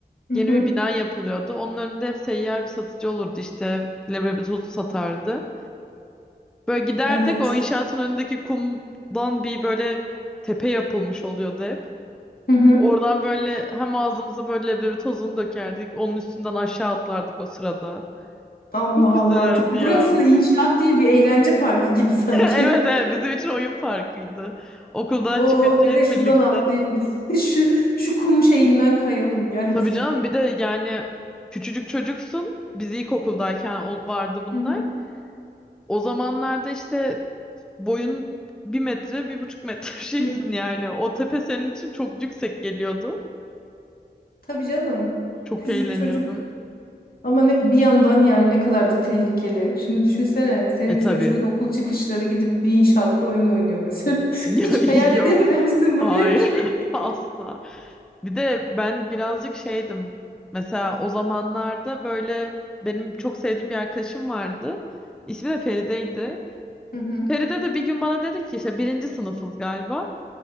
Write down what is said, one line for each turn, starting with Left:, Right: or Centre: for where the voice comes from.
Left: Hı
Centre: Yeni
Left: hı.
Centre: bir bina yapılıyordu. Onun önünde hep seyyar bir satıcı olurdu işte. Leblebi tozu satardı. Böyle giderdik
Left: Evet.
Centre: o inşaatın önündeki kumdan bir böyle tepe yapılmış oluyordu hep.
Left: Hı hı.
Centre: Oradan böyle hem ağzımıza böyle leblebi tozunu dökerdik. Onun üstünden aşağı atlardık o sırada.
Left: Allah
Centre: Çok güzeldi
Left: Allah. Tam
Centre: ya.
Left: burası
Centre: <laughs>
Left: inşaat değil bir eğlence parkı gibi sanki.
Centre: Evet evet bizim için oyun parkıydı. Okuldan
Left: Oo
Centre: çıkınca
Left: bir de
Centre: hep
Left: şuradan
Centre: birlikte.
Left: atlayayım. <laughs> Şu şu kum şeyinden kayalım geldi.
Centre: Tabii canım bir de yani küçücük çocuksun. Biz ilkokuldayken ol- vardı bunlar.
Left: Hı
Centre: O zamanlarda işte boyun bir metre, bir buçuk metre <laughs> şeysin
Left: hı.
Centre: yani. O tepe senin için çok yüksek geliyordu.
Left: Tabii canım.
Centre: Çok
Left: Küçücük
Centre: eğleniyorduk.
Left: çocuk. Ama ne, bir yandan yani ne kadar da tehlikeli. Şimdi düşünsene senin
Centre: E
Left: çocuğun
Centre: tabii.
Left: okul çıkışları gidip bir inşaatta oyun oynuyor mesela. <laughs>
Centre: <laughs>
Left: Hiç hayal
Centre: Yok.
Left: edebilir misin böyle
Centre: Hayır.
Left: bir şey?
Centre: <laughs> Asla. Bir de ben birazcık şeydim. Mesela o zamanlarda böyle benim çok sevdiğim bir arkadaşım vardı. İsmi de Feride'ydi.
Left: Hı hı.
Centre: Feride de bir gün bana dedi ki işte birinci sınıfız galiba.